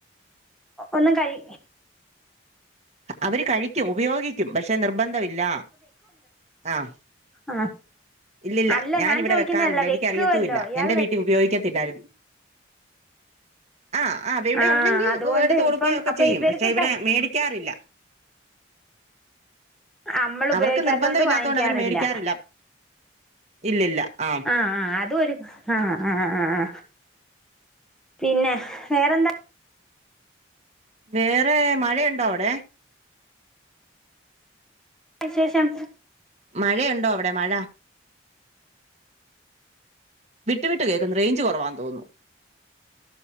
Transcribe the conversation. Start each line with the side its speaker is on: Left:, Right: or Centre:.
Centre: ഒന്നും കഴി
Right: അവര് കഴിക്കും ഉപയോഗിക്കും പക്ഷെ നിർബന്ധമില്ല ആഹ്
Centre: ആഹ്
Right: ഇല്ലില്ല
Centre: അല്ല
Right: ഞാനിവിടെ
Centre: ഞാൻ ചോദിക്കുന്നതല്ല
Right: വെക്കാറില്ല
Centre: വെക്കുവല്ലോ
Right: എനിക്കറിയത്തൂല്ല
Centre: ഇയാൾവെക്ക്
Right: എന്റെ വീട്ടിൽ ഉപയോഗിക്കത്തില്ലായിരുന്നു ആഹ് ആഹ് അവഇവിടെ
Centre: ആ
Right: ഉണ്ടെങ്കിൽ
Centre: അതുകൊണ്ട്
Right: വീട്തോട്
Centre: ഇപ്പം
Right: പ്പോയി യൊക്കെ
Centre: അപ്പൊ
Right: ചെയ്യും
Centre: ഇവർക്ക്
Right: പക്ഷെ ഇവിടെ
Centre: ക
Right: മേടിക്കാറില്ല
Centre: നമ്മൾ ഉപയോഗിക്കാത്തോണ്ട്
Right: അവർക്ക് നിർബന്ധം ഇല്ലാത്ത
Centre: വാങ്ങിക്കാറില്ല
Right: കൊണ്ട് അവര് മേടിക്കാറില്ല ഇല്ലല്ല ആഹ്
Centre: ആഹ് ആഹ് അതരു ആഹ് ആഹ് പിന്നെ വേറെന്ത
Right: വേറെ മഴയുണ്ടോ അവിടെ
Centre: വിശേഷം
Right: മഴയുണ്ടോ അവിടെ മഴ വിട്ടു വിട്ട് കേൾക്കുന്ന റേഞ്ച് കുറവാന്ന് തോന്നുന്നു.